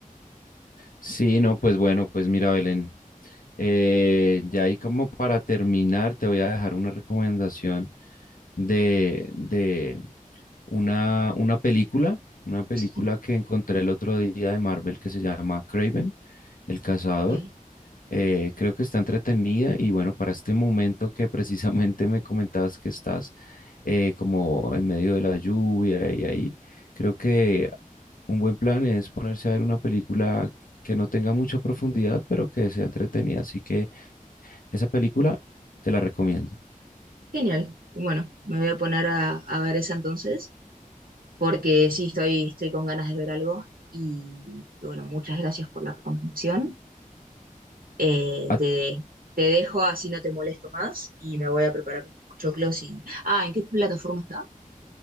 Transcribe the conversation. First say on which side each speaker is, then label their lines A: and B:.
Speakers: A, on the left (about 70°); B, on the right (about 80°).
A: Sí, no, pues bueno, pues mira, Belén, eh, ya ahí como para terminar, te voy a dejar una recomendación de, de, una, una película, una película
B: Sí,
A: que encontré el otro día de Marvel que se llama Kraven el cazador.
B: ok.
A: Eh, creo que está entretenida y bueno, para este momento que <laughs> precisamente me comentabas que estás eh, como en medio de la lluvia y ahí, creo que un buen plan es ponerse a ver una película que no tenga mucha profundidad, pero que sea entretenida. Así que esa película te la recomiendo.
B: Genial. Bueno, me voy a poner a, a ver esa entonces, porque sí, estoy, estoy con ganas de ver algo y bueno, muchas gracias por la recomendación. Eh,
A: Ah,
B: te, te dejo así no te molesto más y me voy a preparar unos pochoclos y... Ah, ¿en qué plataforma está?